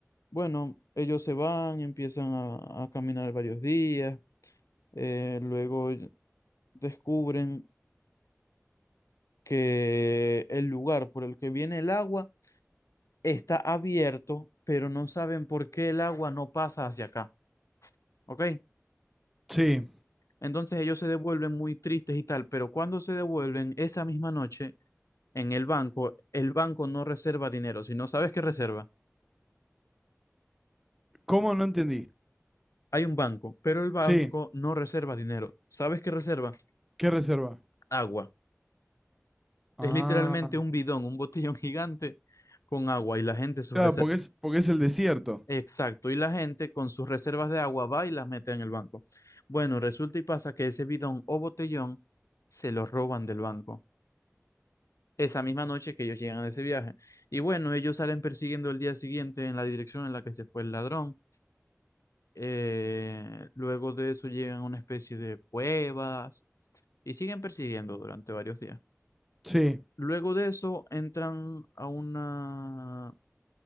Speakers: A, on the left (about 85°); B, in the centre.
A: Bueno, ellos se van, empiezan a, a caminar varios días, eh, luego descubren que el lugar por el que viene el agua está abierto, pero no saben por qué el agua no pasa hacia acá, ¿ok?
B: sí.
A: Entonces ellos se devuelven muy tristes y tal, pero cuando se devuelven esa misma noche en el banco, el banco no reserva dinero, si no sabes qué reserva,
B: ¿Cómo no entendí?
A: hay un banco, pero el banco
B: Sí,
A: no reserva dinero, ¿sabes qué reserva?
B: ¿qué reserva?
A: Agua.
B: Ah,
A: Es literalmente un bidón, un botellón <laughs> gigante con agua y la gente su
B: claro,
A: rese-
B: porque es, porque es el desierto.
A: Exacto, y la gente con sus reservas de agua va y las mete en el banco. Bueno, resulta y pasa que ese bidón o botellón se lo roban del banco esa misma noche que ellos llegan de ese viaje. Y bueno, ellos salen persiguiendo el día siguiente en la dirección en la que se fue el ladrón. Eh, luego de eso llegan a una especie de cuevas y siguen persiguiendo durante varios días.
B: Sí.
A: Luego de eso entran a una,